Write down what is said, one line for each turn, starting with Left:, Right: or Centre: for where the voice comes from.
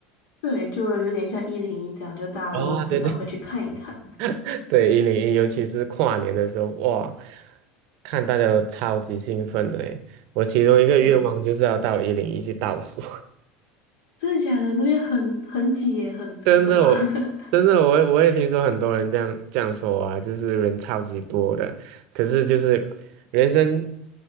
Left: 对，就有点像一零一这样，就大家都至少会去看一看。
Right: 啊、对对 <laughs> 对，一零一，尤其是跨年的时候，哇，看大家都超级兴奋的诶。我其中一个愿望就是要到一零一去倒数。
Left: 对啊真的假的？那边很很挤耶，很很可怕。
Right: 真的我真的我也我也听说很多人这样这样说啊，
Left: <laughs>
Right: 就是人超级多的，可是就是人生